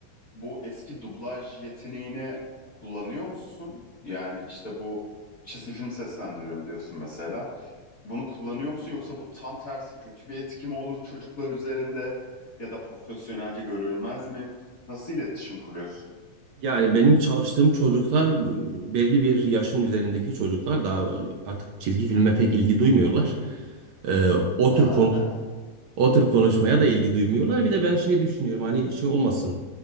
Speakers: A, on the left; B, on the right.
A: bu eski dublaj yeteneğini kullanıyor musun? Yani işte bu çizgi film seslendiriyorum diyorsun mesela. Bunu kullanıyor musun yoksa bu tam tersi kötü bir etki mi olur çocuklar üzerinde ya da profesyonelce görülmez mi? Nasıl iletişim kuruyorsun?
B: Yani benim çalıştığım çocuklar belli bir yaşın üzerindeki çocuklar daha artık çizgi filme pek ilgi duymuyorlar. Ee, o
A: <laughs>
B: tür konu O tür konuşmaya da ilgi duymuyorlar. Bir de ben şey düşünüyorum hani şey olmasın.